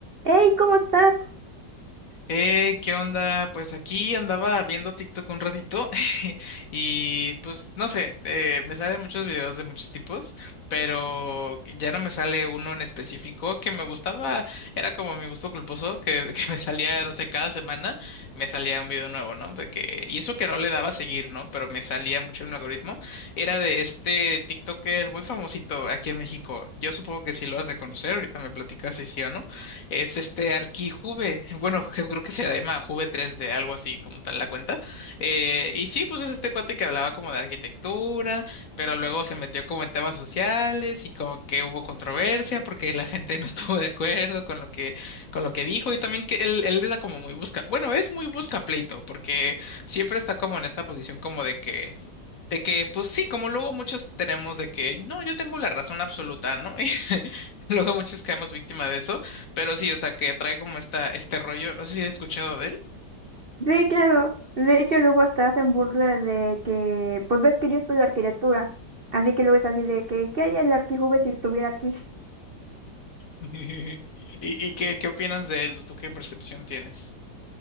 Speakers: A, on the right (about 40°); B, on the left (about 55°).
A: Hey, ¿cómo estás?
B: Eh, ¿qué onda? Pues aquí andaba viendo TikTok un ratito <laughs> y pues no sé, eh, me salen muchos videos de muchos tipos, pero ya no me sale uno en específico que me gustaba, era como mi gusto culposo, que, <laughs> que me salía, no sé, cada semana me salía un video nuevo, ¿no? Porque, y eso que no le daba a seguir, ¿no? Pero me salía mucho en el algoritmo, era de este TikToker muy famosito aquí en México, yo supongo que sí lo has de conocer, ahorita me platicas si sí o no es este ArchiJuve. Bueno, yo creo que se llama Juve tres d algo así como tal la cuenta. Eh, y sí, pues es este cuate que hablaba como de arquitectura, pero luego se metió como en temas sociales y como que hubo controversia porque la gente <laughs> no estuvo de acuerdo con lo que, con lo que dijo y también que él, él era como muy busca, bueno, es muy busca pleito porque siempre está como en esta posición como de que de que, pues sí, como luego muchos tenemos de que, no, yo tengo la razón absoluta, ¿no? <laughs> Y luego muchos caemos víctima de eso, pero sí, o sea, que trae como esta, este rollo, no sé si has escuchado de él.
A: Sí, claro. De hecho, luego hasta hacen burla de que, pues ves que yo estudio arquitectura, así que luego es así de que, ¿qué hay el arquijube si estuviera aquí?
B: <laughs> ¿Y, y qué, qué opinas de él? ¿Tú qué percepción tienes?